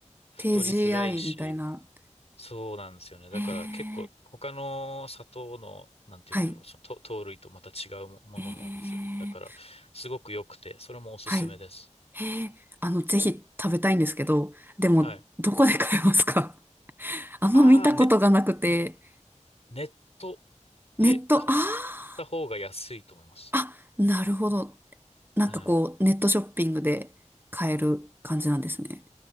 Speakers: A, on the left; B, on the right.
A: 太りづらいし、
B: TGI みたいな。
A: そうなんですよね。だから結構、
B: へえ、
A: 他の砂糖の、なんて言うんだろう、
B: はい、
A: その糖糖類とまた違うもものなんですよね。
B: へえ、
A: だから、すごく良くて、それもおすすめです。
B: はい、へえ、あの、ぜひ食べたいんですけど、でも、
A: はい。
B: どこで買えますか <laughs> あんま見たことがなくて、
A: ああ、ね、ネット
B: ネット、
A: で買っ
B: あ
A: た方が安いと思います。
B: あ、あ、なるほど。なんかこう、
A: はい。
B: ネットショッピングで買える感じなんですね。